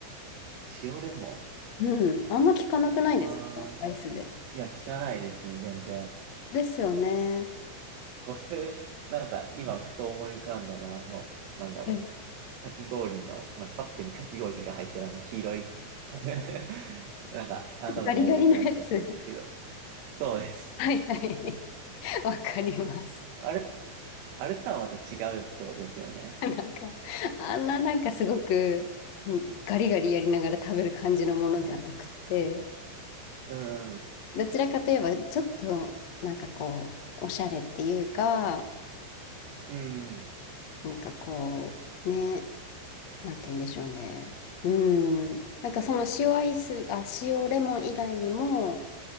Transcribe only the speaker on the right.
塩レモ
ン。ああ、
いや、聞かないですね、全然。
僕、なんか、今、ふと思い浮かんだのは、あの、なんだろ
う。かき氷の、まあ、カップにかき氷が入ってるあの、黄色い。<laughs> なんか、あんなのが思い浮かんじゃったんですけど。
そうです。
あれっあれとはまた違うってことですよね。
うん、
うん、